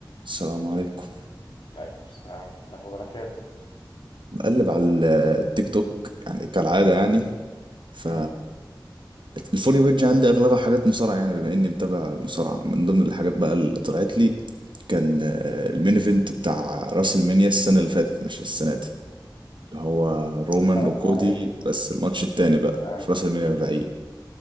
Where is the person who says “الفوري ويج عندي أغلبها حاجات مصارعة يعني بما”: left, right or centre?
Right